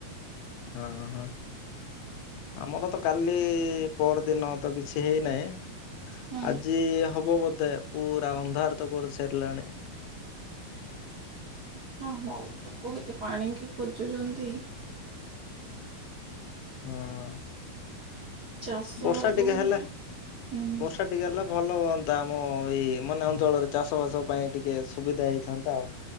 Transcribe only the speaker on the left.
ହଁ ହଁ। ଆମର ତ କାଲି ପଅର ଦିନ ତ କିଛି ହେଇନାହିଁ।
ଆଜି ହବ ବୋଧେ ପୁରା ଅନ୍ଧାର ତ କରି ସାରିଲାଣି।
ହଁ
ବର୍ଷା
ଟିକେ ହେଲେ
ବର୍ଷା ଟିକେ ହେଲେ ଭଲ ହୁଅନ୍ତା ଆମ ଏଇ ମାନେ ଅଞ୍ଚଳରେ ଚାଷ ବାସ ପାଇଁ ଟିକେ ସୁବିଧା ହେଇଥାନ୍ତା ଆଉ।